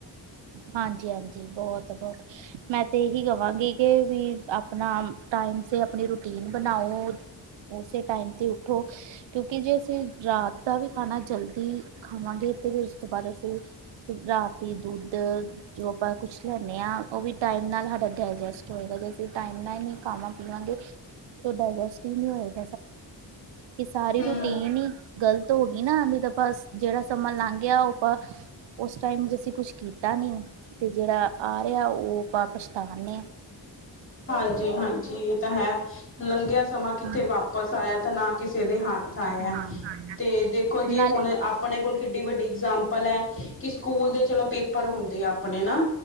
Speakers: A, on the right (about 85°); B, on the left (about 30°).
A: ਹਾਂਜੀ -ਹਾਂਜੀ ਬਹੁਤ- ਬਹੁਤ ਮੈਂ ਤੇ ਇਹੀ ਕਵਾਂਗੀ ਕਿ ਵੀ ਆਪਣਾ ਟਾਈਮ ਤੇ, ਆਪਣੀ ਰੂਟੀਨ ਬਣਾਓ। ਉਸੇ ਟਾਈਮ ਤੇ ਉੱਠੋ। ਕਿਉਂਕਿ ਜੇ ਅਸੀਂ ਰਾਤ ਦਾ ਵੀ ਖਾਣਾ ਜਲਦੀ ਖਾਵਾਂਗੇ, ਤੇ ਫਿਰ ਉਸ ਤੋਂ ਬਾਅਦ ਅਸੀਂ ਰਾਤ ਦੁੱਧ ਜੋ ਆਪਾਂ ਕੁੱਛ ਲੈਂਦੇ ਹਾਂ, ਉਹ ਵੀ ਟਾਈਮ ਨਾਲ ਹਜਮ ਡਾਇਜਸਟ ਹੋਏਗਾ ਜੇ ਅਸੀਂ ਟਾਈਮ ਨਾਲ ਹੀ ਨਹੀਂ ਖਾਵਾਂ ਪੀਵਾਂਗੇ ਤੇ ਡਾਇਜਸਟ ਹੀ ਨਹੀਂ ਹੋਏਗਾ। ਇਹ ਸਾਰੀ
B: ਹਮ
A: ਰੂਟੀਨ ਇਨੀ ਗ਼ਲਤ ਹੋ ਗਈ ਨਾ, ਵੀ ਤਾਂ ਆਪਾਂ ਜਿਹੜਾ ਸਮਾਂ ਲੰਘ ਗਿਆ, ਔ ਆਪਾਂ ਉਸ ਟਾਈਮ ਅਸੀਂ ਕੁਛ ਕੀਤਾ ਨੀ, ਤੇ ਜਿਹੜਾ ਆ ਰਿਹਾ ਉਹ ਵਾਪਸ ਤਾਂ ਆਣਾ ਨੀ।
B: ਹਾਂਜੀ ਹਾਂਜੀ ਇਹ ਤਾਂ ਹੈ ਲੰਘਿਆ ਸਮਾਂ ਕਿੱਥੇ
A: ਹਾਂ
B: ਵਾਪਿਸ ਆਇਆ, ਤੇ ਨਾ ਕਿਸੇ ਦੇ ਹੱਥ ਆਇਆ।
A: ਹਾਂ
B: ਤੇ ਦੇਖੋ ਜੀ
A: ਨਾਲ
B: ਹੁਣ ਆਪਣੇ ਕੋਲ ਕਿੱਡੀ ਵੱਡੀ ਇਗਜਾਮਪਲ ਹੈ, ਕਿ ਸਕੂਲ ਦੇ ਚਲੋ ਪੇਪਰ ਹੁੰਦੇ ਆ ਆਪਣੇ ਨਾ।